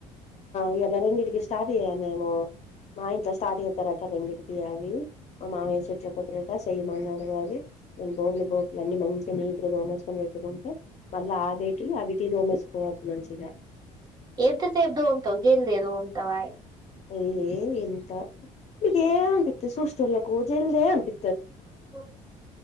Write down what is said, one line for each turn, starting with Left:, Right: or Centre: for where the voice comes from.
Left: ఎంకిస్త స్టార్ట్ అయ్య మేము మా ఇంట్లో స్టార్ట్ అవుతారట రెంజకికి అవి మామయ చెట్లు కుతురట చెయ్యమన్నా అడు అది నేను బోర్లు బోట్లు అన్ని మంచి నీటిలో రోమేసుకొని పెట్టుకుంటే మళ్ళా ఆ వీటి అవిటి రోమేసుకోవచ్చు మంచిగా
Right: ఎబ్ త స ఎబ్దు తవు జల్దదుమ్ తయ
Left: అయ్యే ఎంత ఇగే అన్పితి సూష్టిల్లకుజల్దే అన్పి
Right: ఓ